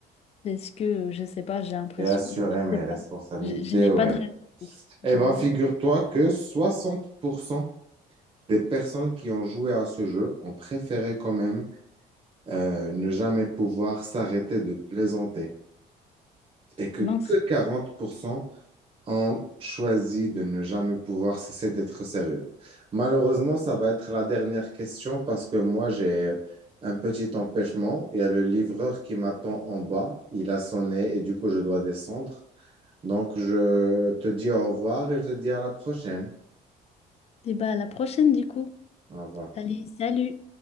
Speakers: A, on the left; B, on the right.
A: Parce que, euh, je sais pas, j'ai l'impression.
B: et assurer
A: enfin,
B: mes
A: je sais
B: responsabilités,
A: pas. Je, je n'ai
B: ouais.
A: pas de réponse.
B: Eh
A: Je
B: ben,
A: n'ai-
B: figure-toi que 60% des personnes qui ont joué à ce jeu ont préféré quand même euh, ne jamais pouvoir s'arrêter de plaisanter et que,
A: Mince.
B: que 40% ont choisi de ne jamais pouvoir cesser d'être sérieux. Malheureusement, ça va être la dernière question parce que moi, j'ai un petit empêchement. Il y a le livreur qui m'attend en bas. Il a sonné et du coup, je dois descendre. Donc, je te dis au revoir et je te dis à la prochaine.
A: Et bah, à la prochaine, du coup.
B: Au revoir.
A: Allez, salut!